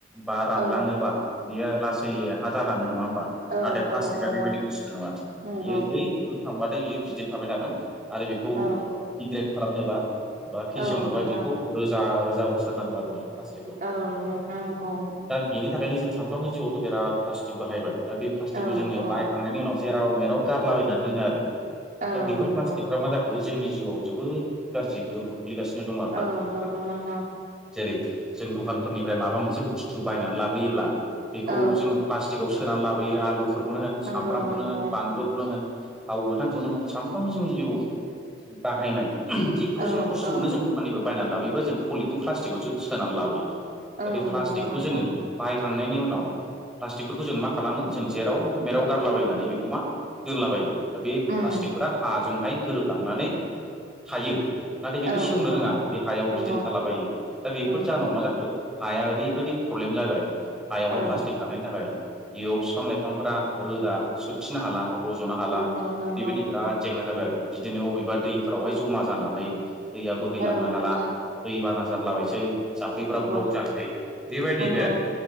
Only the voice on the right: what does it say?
औ
औ
औ नंगौ
नंगौ
औ
औ नोंथां
औ नोंथां नंगौ
औ
औ
औ
नंगौ
औ
नंगौ नोंथां
औ
नंगौ
नंगौ
औ
औ
औ
नंगौ नोंथां
उम
औ
औ
नंगौ
नंगौ
औ
नंगौ नंगौ
औ
नोंथां
नंगौ
नंगौ